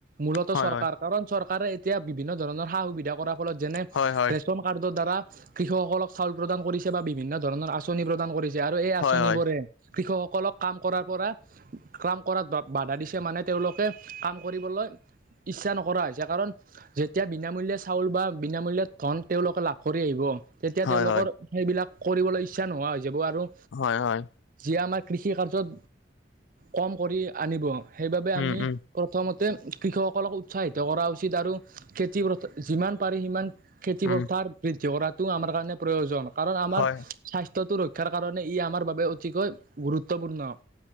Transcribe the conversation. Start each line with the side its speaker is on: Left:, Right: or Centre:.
Right: মূলত
Left: হয়
Right: চৰকাৰ
Left: হয়
Right: কাৰণ চৰকাৰে এতিয়া বিভিন্ন ধৰণৰ সা-সুবিধা কৰা যেনে
Left: হয় হয়
Right: ৰেচন কাৰ্ডৰ দ্বাৰা কৃষকসকল চাউল প্ৰদান কৰিছে বা বিভিন্ন ধৰণৰ আঁচনি প্ৰদান কৰিছে আৰু এই আঁচনিবোৰে
Left: হয় হয়
Right: কৃষকসকলক কাম কৰাৰ পৰা কাম কৰাত বাধা দিছে মানে তেওঁলোকে কাম কৰিবলৈ ইচ্ছা নকৰা হৈছে, কাৰণ যেতিয়া বিনামূল্যে চাউল বা বিনামূল্যে ধন তেওঁলোকে লাভ কৰি আহিব, তেত তিয়া
Left: হয়
Right: তেওঁলোকৰ
Left: হয়
Right: সেইবিলাক কৰিবলৈ ইচ্ছা নোহোৱা হৈ যাব আৰু
Left: হয়, হয়।
Right: যিয়ে আমাৰ কৃষি কাৰ্যত কম কৰি আনিব সেইবাবে
Left: উম
Right: আমি
Left: উম
Right: প্ৰথমতে কৃষকসকলক উৎসাহিত কৰা উচিত আৰু খেতি যিমান পাৰি সিমান খেতি
Left: উম
Right: পথাৰ বৃদ্ধি কৰাটো আমাৰ কাৰণে প্ৰয়োজন কাৰণ আমাৰ
Left: হয়
Right: স্বাস্থ্যটো ৰক্ষাৰ কাৰণে ই আমাৰ বাবে অতিকৈ গুৰুত্বপূৰ্ণ।